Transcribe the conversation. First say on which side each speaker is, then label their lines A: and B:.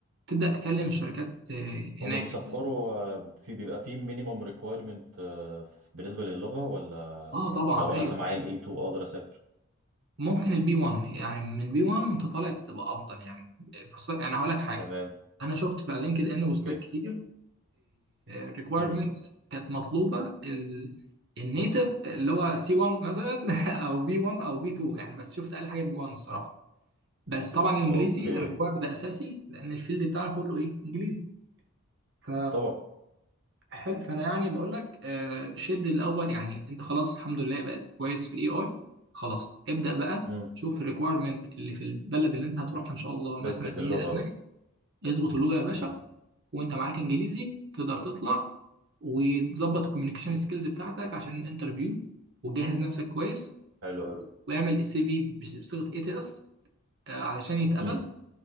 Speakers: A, on the right; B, on the right.
A: تبدأ تكلم الشركات إيه
B: هما
A: هناك
B: بيصفروا آه، في بيبقى في مينيمم ريكويرمنت بالنسبه للغه ولا
A: آه طبعا
B: لو انا
A: أيوه
B: مثلا معايا ال A2 اقدر اسافر
A: ممكن البي 1 يعني من بي 1 وانت طالع تبقى افضل يعني فرصتك يعني هقول لك حاجه
B: تمام
A: انا شفت في لينكد ان بوستات
B: اوكي
A: كتير ريكويرمنتس
B: امم
A: كانت مطلوبه النيتف اللي هو سي 1 مثلا <laughs> او بي 1 او بي 2 يعني بس شفت اقل حاجه بي 1 الصراحه بس طبعا الانجليزي
B: اوكي
A: ريكوايرد ده اساسي لان الفيلد بتاعنا كله ايه انجليزي ف
B: طبعا
A: حلو فانا يعني بقول لك آه، شد الاول يعني انت خلاص الحمد لله بقت كويس في الاي اي خلاص ابدا بقى
B: امم
A: شوف الريكويرمنت اللي في البلد اللي انت هتروحها ان شاء الله مثلا
B: بد في
A: اللي
B: اللغه
A: هي المانيا
B: بقى
A: اظبط اللغه يا باشا
B: امم
A: وانت معاك انجليزي تقدر تطلع وتظبط الكوميونيكيشن سكيلز بتاعتك عشان الانترفيو وتجهز نفسك كويس
B: حلو قوي
A: واعمل سي في بصيغه اي تي اس علشان يتقبل
B: امم